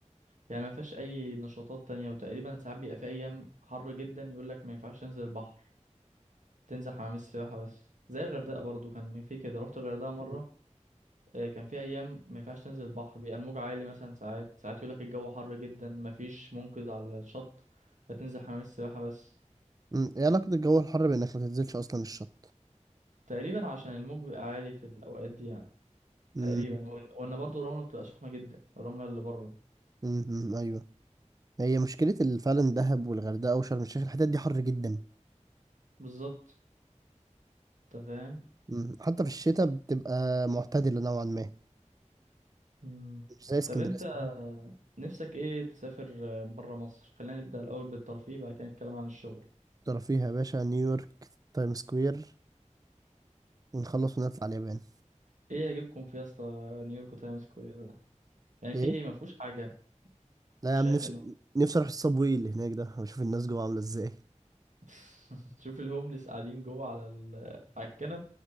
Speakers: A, on the right; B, on the right.
A: يعني ما فيهاش اي نشاطات تانية وتقريبا ساعات بيبقى في ايام حر جدا يقول لك ما ينفعش تنزل البحر تنزل حمام السباحة بس زي الغردقة برضو كان في كده رحت الغردقة مرة
B: مم.
A: آه، كان في أيام ما ينفعش تنزل البحر بيبقى الموج عالي مثلا ساعات ساعات يقولك الجو حر جدا مفيش منقذ على الشط فتنزل حمام السباحة بس
B: مم، ايه علاقة الجو الحر بانك ما تنزلش اصلا الشط
A: تقريبا عشان الموج بيبقى عالي في الأوقات دي يعني
B: مم،
A: تقريبا وإن وإن برضو الرملة بتبقى سخنة جدا الرملة اللي بره
B: مم، مم، ايوه هي مشكلة ال- فعلا دهب والغردقة وشرم الشيخ الحتت دي حر جدا
A: بالظبط أنت فاهم
B: مم، حتى في الشتاء بتبقى معتدلة نوعا ما
A: مم.
B: مش زي اسكندرية
A: طب أنت
B: اسكندرية
A: نفسك إيه تسافر بره مصر خلينا نبدأ الأول بالترفيه بعد كده نتكلم عن الشغل
B: ترى فيها يا باشا نيويورك تايم سكوير ونخلص ونطلع اليابان
A: ايه يجيبكم في يا اسطى نيويورك تايمز سكوير ده يعني
B: ايه
A: في ايه ما فيهوش حاجه
B: لا يا
A: شايف
B: عم نفسي
A: انه
B: نفسي اروح الصابوي اللي هناك ده واشوف الناس جوه عامله ازاي
A: <laughs> شوف الهوملس قاعدين جوه على ال... على الكنب